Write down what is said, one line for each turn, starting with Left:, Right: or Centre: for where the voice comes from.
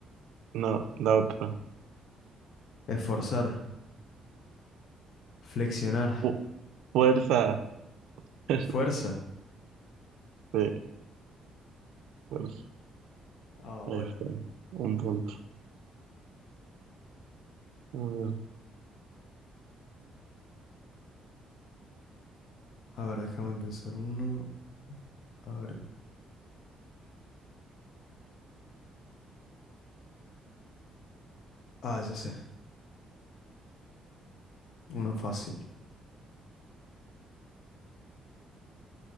Right: No, la otra.
Left: esforzar, flexionar,
Right: Fu- Fuerza. <laughs>
Left: fuerza.
Right: Fuerza. Sí, fuerza.
Left: Ah, bueno.
Right: Ahí está. Un punto. A ver,
Left: A ver, déjame pensar uno. A ver. Ah, ya sé. Uno fácil.